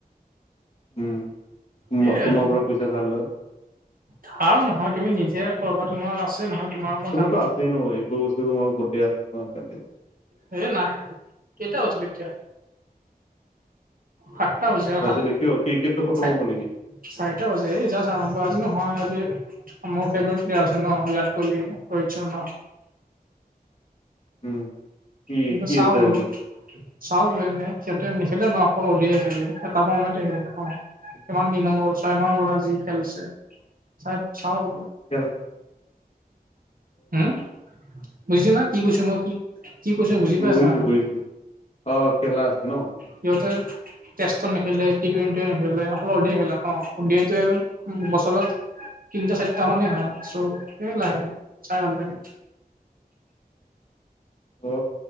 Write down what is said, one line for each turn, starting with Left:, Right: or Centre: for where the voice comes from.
Left: উম
Right: সেয়াই
Left: তোমাৰ
Right: আৰু
Left: পৰা পইচা ধাৰ লয়
Right: ধাৰ নহয় তুমি নিজে কৰ'বাত তোমাৰ আছে নহয় তোমাৰ মই
Left: তুমাৰ
Right: জানো
Left: তো আছেই নো এইবোৰ <unintelligible> আছে
Right: হেই না কেইটিয়া <unintelligible> এতিয়া সাতটা বজি আহ
Left: ভাজিলে কিয় ক্ৰিকেটটো খতম
Right: সাতটা
Left: হ'ব
Right: ব
Left: নেকি
Right: চাৰিটা বাজি <unintelligible> আজি নহয় আজি মোৰ ফেভৰেট <unintelligible> আছে ন বিৰাট কোহলি ৰোহিত শৰ্মা
Left: উম
Right: <unintelligible>
Left: কি কি আছে আজি
Right: <unintelligible> কিমান দিনৰ মূৰত ছয় মা মূৰত আজি খেল হৈছে চাওঁ বোলো
Left: তেল
Right: উম বুজিছো ন কি কৈছো মই কি কি কৈছো বুজি পাইছা
Left: বহিছো
Right: ন
Left: বহিছো অ খেলা আছে ন
Right: সিহঁতে টেষ্টতন নেখেলে টি টুৱেণ্টি নেখেলে অকল অধিয়া খেলা ন অধিয়টোৱে বছৰত তিনটা চাৰিটা মানে হয় চ' স লাহে চাই ভাল লাগে
Left: অ